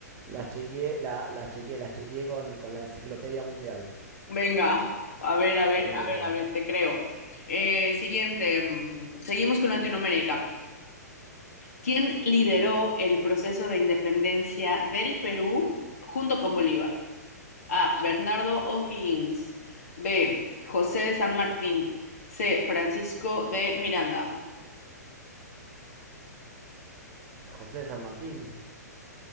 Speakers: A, on the right; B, on the left.
A: Las chequeé, la- las chequeé, las chequeé con, con la enciclopedia mundial.
B: Venga, a ver, a ver,
A: Prometo.
B: a ver, a ver, te creo. Eh, siguiente, mm, seguimos con Latinoamérica. ¿Quién lideró el proceso de independencia del Perú junto con Bolívar? A. Bernardo O'Higgins. B. José de San Martín. C. Francisco de Miranda.
A: José de San Martín.